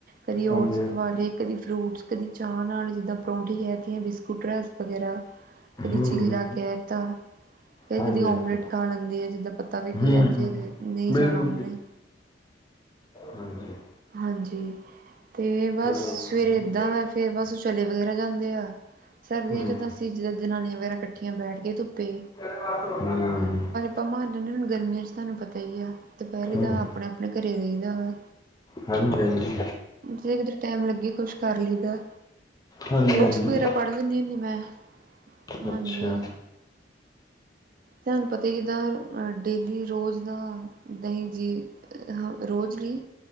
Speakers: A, on the right; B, on the left.
A: ਕਦੀ ਓਟਸ
B: ਹਾਂਜੀ ਹਾਂਜੀ
A: ਖਵਾ ਲਏ ਕਦੀ ਫਰੂਟਸ ਕਦੀ ਚਾਹ ਨਾਲ ਜਿੱਦਾਂ ਪਰੌਂਠੀ ਹੈ ਗਏ ਹੈ ਬਿਸ ਸਕੂਟ ਵਗੈਰਾ ਕਦੀ
B: ਹੂੰ
A: ਚੀਨੀ
B: ਹੂੰ
A: ਲਾ ਕੇ ਤਾ ਕਦੇ
B: ਹਾਂਜੀ
A: ਕਦੀ ਓਮਲੇਟ
B: ਹਾਂਜੀ
A: ਖਾਣ ਆਉਂਦੇ ਆ ਜਿੱਦਾਂ ਪਤਾ ਵੀ ਕਿ
B: ਹੂੰ
A: ਅੱਜ
B: ਹੂੰ
A: ਨਹੀਂ
B: ਬਿਲਕੁਲ
A: ਜਾਣਾ ਉਹਨਾਂ
B: ਜੀ
A: ਨੇ
B: ਹਾਂਜੀ
A: ਹਾਂਜੀ ਤੇ ਬਸ
B: ਤੇ
A: ਸਵੇਰੇ ਏਦਾਂ ਵ ਫੇਰ ਬਸ ਉਹ ਚਲੇ ਵਗੈਰਾ ਜਾਂਦੇ ਆ ਸਰਦੀਆਂ
B: ਹਮ,
A: ਚ ਤਾਂ ਅਸੀ ਜਿੱਦਾਂ ਜਨਾਨੀਆਂ ਵਗੈਰਾ ਇਕੱਠੀਆਂ ਬੈਠ ਕੇ ਧੁੱਪੇ
B: ਹੂੰ
A: ਭਾਂ ਮਾਰ ਲੈਂਦੇ ਹੁਣ ਗਰਮੀਆਂ ਤੁਹਾਨੂੰ ਪਤਾ ਹੀ ਹੈ ਦੁਪਹਿਰੇ
B: ਹਮ,
A: ਦਾ ਆਪਣੇ ਆਪਣੇ ਘਰੇ ਰਹੀਦਾ ਵਾ
B: ਹਾਂਜੀ ਹਾਂਜੀ
A: ਜੇ ਕਿਧਰੇ ਟੈਮ ਲੱਗੇ ਕੁਛ ਕਰ ਲਈ ਦਾ
B: ਹਾਂਜੀ
A: ਬੁੱਕਸ
B: ਹਾਂਜੀ
A: ਵਗੈਰਾ ਪੜ੍ਹ ਲੈਂਦੀ ਹੁੰਦੀ ਮੈਂ ਹਾਂਜੀ
B: ਅੱਛਾ
A: ਤੁਹਾਨੂੰ ਪਤਾ ਹੀ ਜਿੱਦਾਂ ਡੇਲੀ ਰੋਜ਼ ਦਾ ਦਹੀਂ ਜੀ ਹ ਰੋਜ਼ ਦੀ